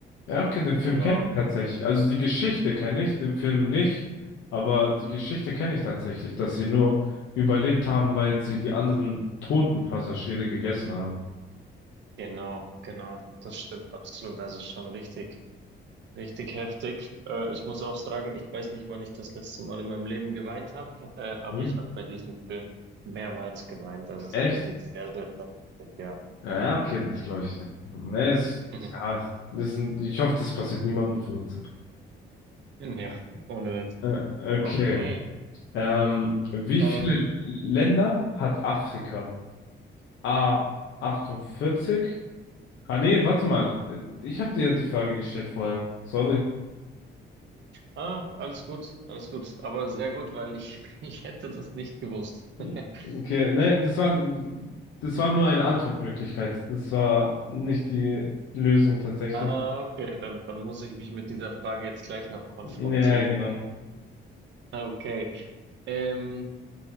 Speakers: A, on the left (about 80°); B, on the right (about 65°).
A: Ja, okay, den Film
B: Genau,
A: kenne ich tatsächlich. Also die Geschichte kenne ich, den Film nicht, aber die Geschichte kenne ich tatsächlich, dass sie nur überlebt haben, weil sie die anderen toten Passagiere gegessen haben.
B: genau, genau. Das stimmt absolut. Das ist schon richtig. Richtig heftig. Äh, ich muss auch sagen, ich weiß nicht, wann ich das letzte Mal in meinem Leben geweint habe, äh, aber
A: Mhm.
B: ich habe bei diesem Film mehrmals geweint. Das ist
A: Echt?
B: wirklich sehr, sehr, sehr heftig, ja.
A: Ja, okay, das glaube ich dir. Nee, ist,
B: <laughs>
A: ja, das ist ein, ich hoffe, das passiert niemandem von uns.
B: Ja, ohne Witz.
A: Äh, Okay.
B: Okay.
A: Ähm, wie
B: Ähm,
A: viele Länder hat Afrika? A 48. Ah nee, warte mal. Äh, Ich habe dir ja die Frage gestellt vorher. Sorry.
B: ah, alles gut, alles gut. Aber sehr gut, weil ich, <laughs> ich hätte das nicht gewusst.
A: Hm.
B: <laughs>
A: Okay, nee, das war, das war nur eine Antwortmöglichkeit. Das war nicht die Lösung tatsächlich.
B: Ah, okay, dann, dann muss ich mich mit dieser Frage jetzt gleich noch konfrontieren.
A: Ja, Ja. genau.
B: Okay. Ähm,